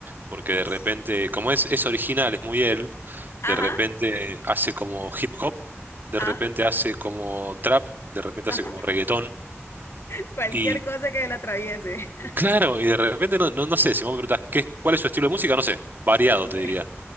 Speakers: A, on the right; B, on the left.
A: porque de
B: sí.
A: repente, como es, es original, es muy él,
B: Ajá,
A: de repente hace como hip hop, de
B: ajá,
A: repente hace como trap, de repente
B: ajá,
A: hace como reggaetón,
B: <laughs> cualquier
A: y
B: cosa que la atraviese, <laughs>
A: claro, y de repente no, no, no sé, si vos me preguntás qué, cuál es su estilo de música, no sé, variado
B: no
A: te
B: sé.
A: diría.